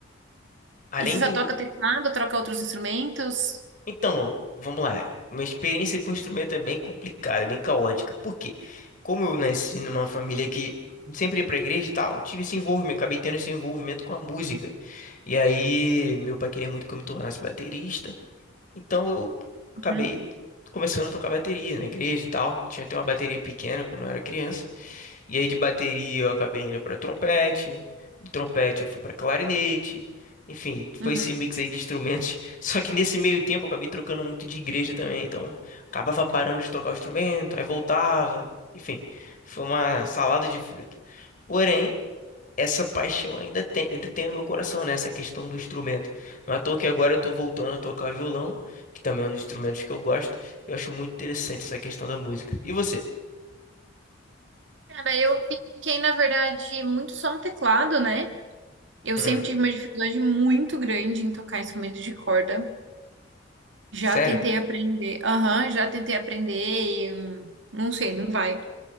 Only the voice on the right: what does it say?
E você
só toca teclado, troca outros instrumentos?
Uhum,
uhum.
Cara, eu fiquei, na verdade, muito só no teclado, né? Eu
sempre tive uma dificuldade muito grande em tocar instrumentos de corda. Já
tentei aprender, aham, já tentei aprender e hum, não sei, não vai.